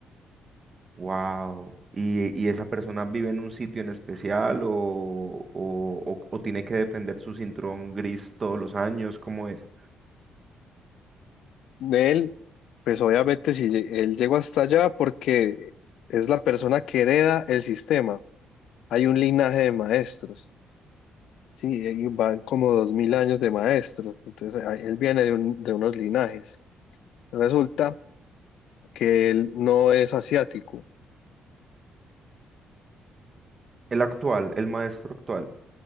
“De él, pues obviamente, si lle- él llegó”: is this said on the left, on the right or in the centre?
Left